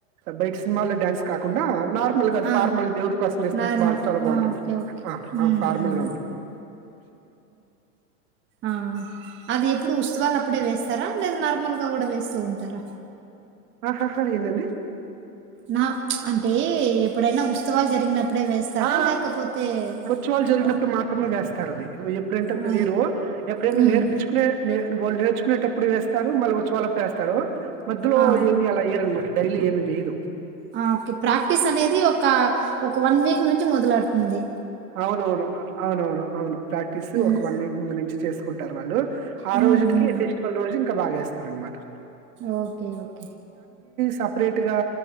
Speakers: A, on the right; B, on the right.
A: బయట సినిమాల్లో డ్యాన్స్ కాకుండా నార్ ఫార్మల్గాది
B: ఆ
A: ఫార్మల్గా దేవుడి కోసం వేసినట్టు
B: నార్మల్
A: బా చాలా బాగుంటుది
B: ఆ ఓకే ఓకే
A: ఆ
B: హ్మ్
A: ఫార్మల్
B: హ్మ్
A: గా ఉంటుంది
B: ఆ అది ఇప్పుడు ఉత్వాలు అప్పుడే వేస్తారా లేదా నార్మల్ గా కూడా వేస్తూ ఉంటారా
A: ఆహాహా ఏంధి
B: నా అంటే ఎప్పుడైనా ఉత్సవాలు జరిగినప్పుడే వేస్తారా
A: ఆ
B: లేకపోతే
A: ఉత్సవాలు జరిగినప్పుడు
B: ఆ!
A: మాత్రమే వేస్తారు అది ఎప్పుడంటేప్పుడు
B: ఆ!
A: వీరు ఎప్పుడైనా
B: హ్మ్.
A: నేర్పించుకునే వాళ్ళు నేర్చుకునేటప్పుడు వేస్తారు మళ్ళీ వచ్చి వాళ్ళప్పుడు వేస్తారు మధ్యలో
B: ఆ!
A: ఏమి అలా వయరనమాట డైలీ ఏమి వయదు
B: ఆ ఓకే ప్రాక్టీస్ అనేది ఒక ఒక వన్ వీక్ నుంచి మొదలడుతుంది
A: అవునవును అవునవును అవును ప్రాక్టీస్
B: హ్మ్.
A: ఒక వన్ వీక్ ముందు నుంచి చేసుకుంటారు వాళ్ళు ఆ
B: హ్మ్.
A: రోజుకి
B: హ్మ్.
A: ఫెస్టివల్ రోజు ఇంకా బాస్తారనమాట
B: ఓకే ఓకే
A: సపరేట్ గా